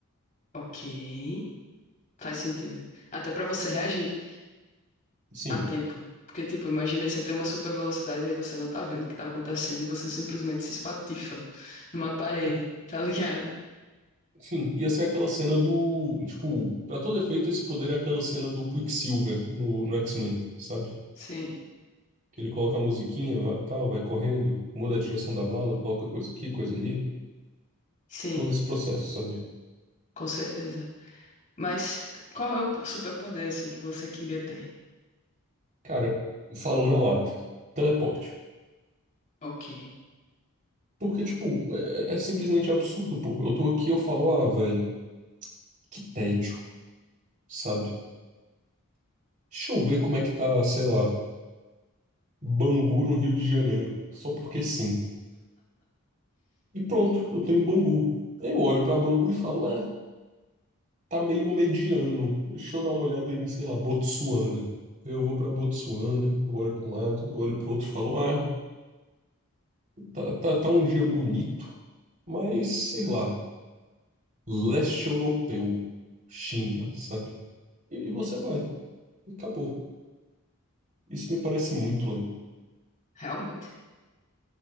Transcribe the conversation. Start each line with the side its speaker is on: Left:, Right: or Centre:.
Left: Ok. Faz sentido. Até pra você reagir.
Right: Sim.
Left: a tempo. Porque, tipo, imagina aí você ter uma super velocidade e aí você não tá vendo o que tá acontecendo e você simplesmente se espatifa numa parede,
Right: É,
Left: <laughs> tá ligado?
Right: Sim, ia ser aquela cena do. Tipo, pra todo efeito, esse poder é aquela cena do Quicksilver no, no X-Men, sabe?
Left: Sim,
Right: Ele coloca a musiquinha, vai, tal, vai correndo, muda a direção da bala, coloca coisa aqui, coisa ali.
Left: sim,
Right: Todo esse processo, sabe?
Left: com certeza. Mas qual é o superpoder, assim, que você queria ter?
Right: Cara, falo na lata. Teleporte.
Left: Ok,
Right: Porque, tipo, é, é simplesmente absurdo, pô. Eu tô aqui, eu falo, ah, velho, que tédio, sabe? Deixa eu ver como é que tá, sei lá, Bangu no Rio de Janeiro. Só porque sim. E pronto, eu tô em Bangu. Aí Eu olho pra Bangu e falo, é. tá meio mediano. Deixa eu dar uma olhada em, sei lá, Botsuana. Eu vou pra Botsuana, eu olho pra um lado, eu olho pro outro e falo, ah, tá, tá, tá um dia bonito, mas sei lá, leste europeu, China, sabe? E você vai, e acabou. Isso me parece muito legal.
Left: realmente.